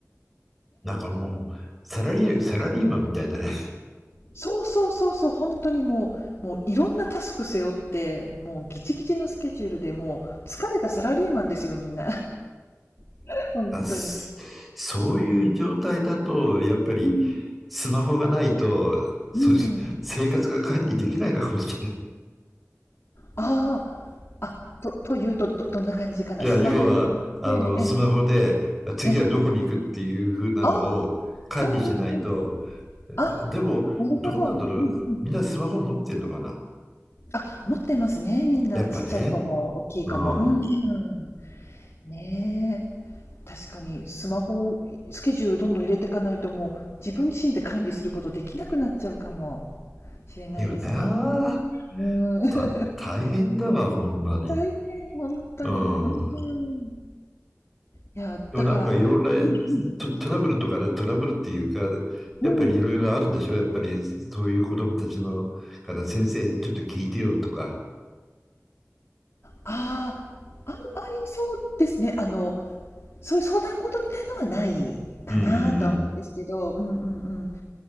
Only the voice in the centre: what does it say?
なんかもう、サラリー、サラリーマンみたいだね。
あ、すそういう状態だと、やっぱりスマホがないと、
そう、
生活が管理できないのかもしれない。
いや、
要は、あの、
スマホで次はどこに行くっていう風なのを管理しないと、
でも、
どうなんだろう。
みんなスマホ持ってんのかな
やっぱね。
う
ん。
だよな。
た、大変だわ、ほんまに。
うん。
でもなんかいろんな
ト、トラブルとかね、トラブルっていうか、やっぱりいろいろあるんでしょやっぱりそういう子供たちのから先生ちょっと聞いてよとか。
うん